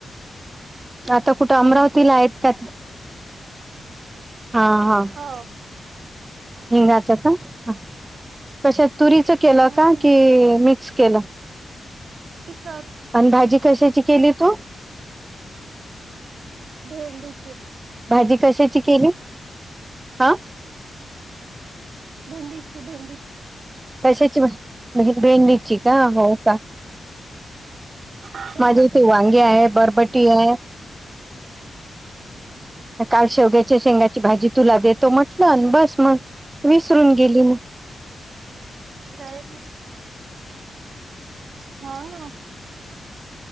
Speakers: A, on the right; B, on the right.
A: आता कुठं अमरावतीला
B: वरण केलं
A: आहेत का? हा हा!
B: हो!
A: हिंगाच का कशात तुरीचं केलं
B: हम्म
A: का की मिक्स केलं?
B: तिथंतच.
A: आणि भाजी कशाची केली तू?
B: भेंडीची!
A: भाजी कशाची केली आ?
B: भेंडीची भेंडी
A: कशाची भा? भेंडीची का हो का.
B: हो
A: माझ्या
B: ना
A: इथे वांगे आहे बरबटी आहे. काल शेवग्याच्या शेंगाची भाजी तुला देतो म्हटलं अन बस मग. विसरून गेली मी!
B: <unintelligible> नाय ना!